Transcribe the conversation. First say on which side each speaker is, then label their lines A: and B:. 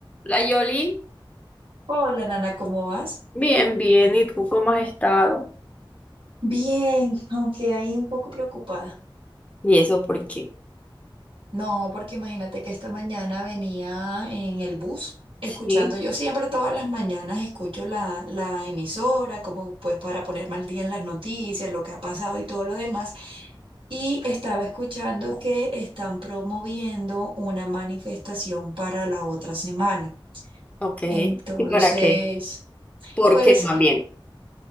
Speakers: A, on the left (about 15°); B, on the right (about 85°).
A: La Yoli,
B: Hola, Nana, ¿cómo vas?
A: Bien, bien. ¿Y tú cómo has estado?
B: Bien, aunque ahí un poco preocupada.
A: ¿y eso por qué?
B: No, porque imagínate que esta mañana venía en el bus escuchando,
A: Sí.
B: yo siempre todas las mañanas escucho la, la emisora, como pues para ponerme al día en las noticias, lo que ha pasado y todo lo demás. Y estaba escuchando que están promoviendo una manifestación para la otra semana.
A: Ok.
B: Entonces,
A: ¿Y para qué? ¿Por
B: pues
A: qué más bien?